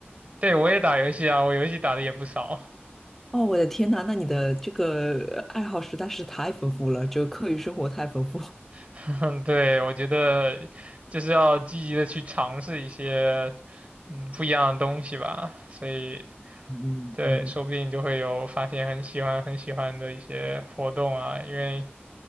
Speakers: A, on the right (about 35°); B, in the centre.
A: 对，我也打游戏啊，我游戏打的也不少。
B: 哦，我的天呐，那你的这个呃爱好实在是太丰富了，就课余生活太丰富。<laughs>
A: <laughs> 对，我觉得就是要积极的去尝试一些嗯不一样的东西吧，所以
B: 嗯嗯嗯。
A: 对，说不定就会有发现很喜欢很喜欢的一些活动啊。因为